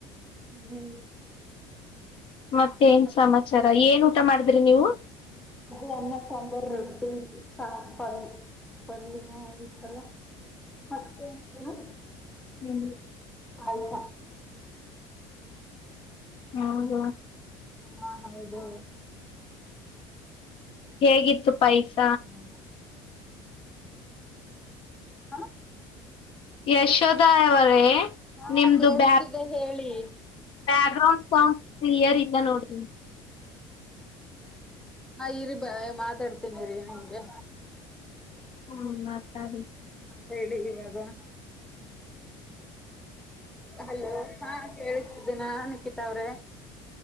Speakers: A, in the centre; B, on the left (about 50°).
A: ಹ್ಮ್ ಹ್ಮ್
B: ಮತ್ತೆ ಏನ್
A: ಮತ್ತೆ
B: ಸಮಾಚಾರ ಏನು ಊಟ ಮಾಡಿದ್ರಿ ನೀವು
A: ಅದು ಅನ್ನ ಸಾಂಬಾರ ರೊಟ್ಟಿ ಸಾ ಪಲ್ಯ ಹ ಅದು ಇತ್ತಲ್ಲ ಮತ್ತೆ ಇನೇನ
B: ಹ್ಮ್
A: ಪಾಯಸ
B: ಹೌದ
A: ಹಾ ಹೌದು
B: ಹೇಗಿತ್ತು
A: ಮಾಡತಿದ್ದ
B: ಪಾಯಸ
A: ಹಾ
B: ಯಶೋದಾ ಅವರೇ
A: ಹಾ
B: ನಿಮ್ದು
A: ಕೇಳಿಸ್ತಿದೆ
B: ಬ್ಯಾಕ್
A: ಹೇಳಿ
B: ಬ್ಯಾಕ್ ಗ್ರೌಂಡ್ ಸೌಂಡ್ ಕ್ಲಿಯರ್ ಇಲ್ಲ ನೋಡ್ರಿ
A: ಹಾ ಇರಿ ಬ ಮಾತಾಡ್ತೇನಿ ಇರಿ ನಿಮಗೆ
B: ಹ್ಮ ಸರಿ
A: ಹೇಳಿದೀನ ಅದ ಹಲೋ ಹಾ ಕೇಳಿಸ್ತಿದ್ದೀನ ನಿಖಿತಾ ಅವ್ರೆ